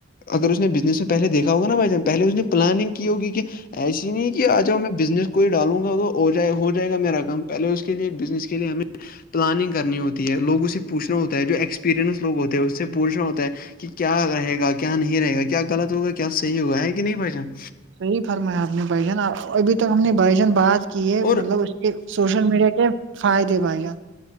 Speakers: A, on the left; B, on the right.
A: اگر اس نے بزنس میں پہلے دیکھا ہوگا نا بھائی جان پہلے اس نے پلاننگ کی ہوگی کہ ایسی نہیں کہ آ جا میں بزنس کو ہی ڈالوں گا تو ہو جائے ہو جائے جائے گا میرا کام پہلے اس کے لیے بزنس کے لیے ہمیں پلاننگ کرنی ہوتی ہے لوگوں سے پوچھنا ہوتا ہے جو ایکسپیریئنس لوگ ہوتے ہیں اس سے پوچھنا ہوتا ہے کہ کیا رہے گا کیا نہیں رہے گا کیاغط ہوگا کیا صحیح ہوگا ہے کہ نہیں بھائی جان
B: صحیح فرمایا آپ نے بھائی جان ابھی تو ہم نے بات کی ہے
A: اور
B: مطلب اس کے سوشل میڈیا فائدے بھائی جان